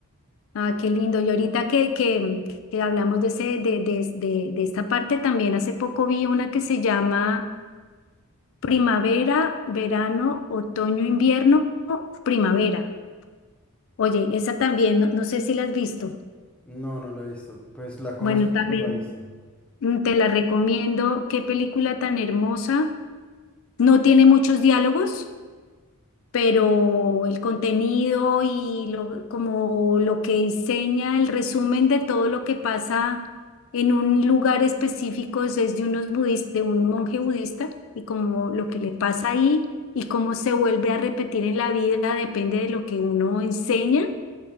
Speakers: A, on the left; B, in the centre.
A: Ah, qué lindo. Y ahorita que, que, que hablamos de, ese, de, de, de, de esta parte, también hace poco vi una que se llama Primavera, Verano, Otoño, Invierno, Primavera. Oye, esa también, no, no sé si la has visto.
B: No, no la he visto, pues la conozco,
A: Bueno, también
B: pero no la he visto.
A: mm, te la recomiendo. Qué película tan hermosa. No tiene muchos diálogos. pero el contenido y lo, como lo que enseña, el resumen de todo lo que pasa en un lugar específico es es de unos budis- de un monje budista y como lo que le pasa ahí y cómo se vuelve a repetir en la vida depende de lo que uno enseña